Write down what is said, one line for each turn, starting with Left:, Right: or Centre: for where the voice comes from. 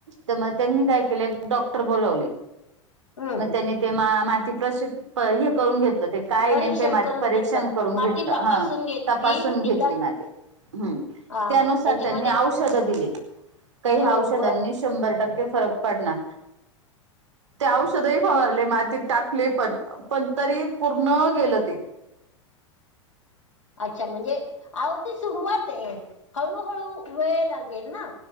Right: तर मग त्यांनी काय केलं डॉक्टर बोलावले.
Left: हं.
Right: मग त्यांनी ते मा माती प्रश हे करून घेतलं ते. काय
Left: परीक्षण
Right: नेमक म
Left: करून
Right: परीक्षण
Left: घेतलं.
Right: करून
Left: माती
Right: घेतलं
Left: तपासून
Right: ह
Left: घेतली
Right: तपासून घेतली
Left: तिच्यात
Right: माती. हम्.
Left: हां,
Right: त्यानुसार
Left: त्याच्यामध्ये
Right: त्यांनी औषध दिली. काही
Left: बरोबर.
Right: औषधांनी शभंर टके फरक पडनार. औषध फवारले
Left: मग
Right: माती टाकली पण पण तरी पूर्ण गेलं ते
Left: अच्छा! म्हणजे अवती सुरुवात आहे हळूहळू वेळ लागेल ना.